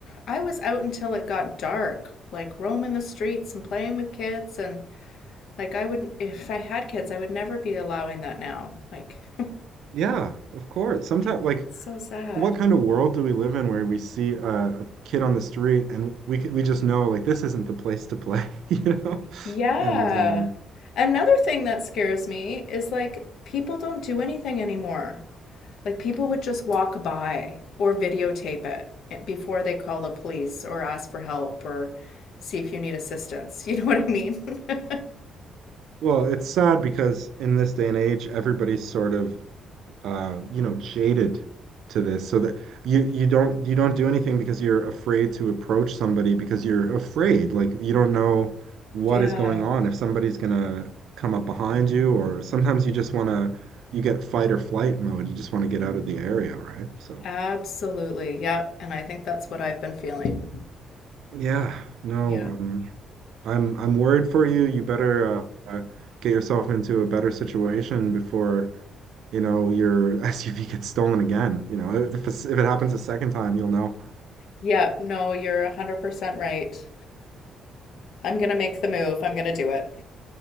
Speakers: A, on the left; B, on the right.
A: I was out until it got dark, like roaming the streets and playing with kids and like I would if I had kids, I would never be allowing that now. Like
B: yeah, of course. Sometimes
A: <laughs>
B: like
A: so sad.
B: what kind of world do we live in where we see a, a kid on the street and we c- we just know like this isn't the place to play, <laughs> you know?
A: Yeah.
B: And um,
A: Another thing that scares me is like people don't do anything anymore. Like people would just walk by or videotape it eh, before they call the police or ask for help or see if you need assistance. <laughs> You know what I mean? <laughs>
B: well, it's sad because in this day and age, everybody's sort of uh, you know, jaded to this, so that you you don't you don't do anything because you're afraid to approach somebody because you're afraid, like you don't know what
A: Yeah.
B: is going on if somebody's gonna come up behind you, or sometimes you just wanna you get fight or flight mode, you just want to get out of the area, right? So.
A: Absolutely. Yep. And I think that's what I've been feeling.
B: Yeah, no,
A: Yeah.
B: um, Yeah. I'm I'm worried for you. You better uh, get yourself into a better situation before, you know, your <laughs> SUV gets stolen again. You know, if it's- if it happens a second time, you'll know.
A: Yeah. No, you're 100% right. I'm going to make the move. I'm going to do it.